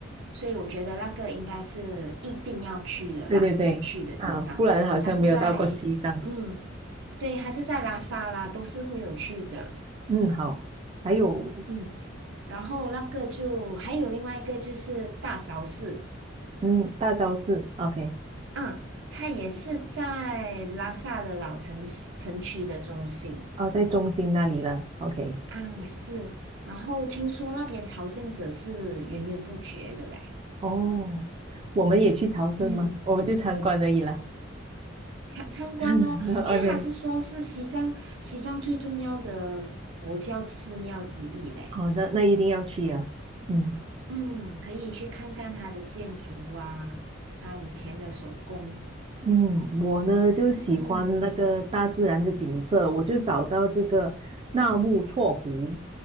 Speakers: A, on the right; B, on the right.
A: 所以我觉得那个应该是一定要去的啦，
B: 对对对，
A: 必去的地方。
B: 啊，不然好像没有到过西藏。
A: 它是在，嗯，对，它是在拉萨啦，都是会有去的。
B: 嗯，好。还有，
A: 嗯。然后那个就还有另外一个就是大勺寺，
B: 嗯，大昭寺，OK。
A: 嗯，它也是在拉萨的老城市城区的中心
B: 啊，在中心那里了，OK。
A: 啊，是。然后听说那边朝圣者是源源不绝的嘞，
B: 哦，我们也去朝圣吗？
A: 嗯，
B: 我们就参观而已啦。
A: 看参观咯，
B: <laughs> OK。
A: 因为他是说是西藏西藏最重要的佛教寺庙之一嘞，
B: 哦，那那一定要去呀、啊嗯。
A: 嗯，可以去看看它的建筑啊，它以前的手工，
B: 嗯，我呢就喜欢那个大自然的景色，
A: 嗯，
B: 我就找到这个纳木错湖，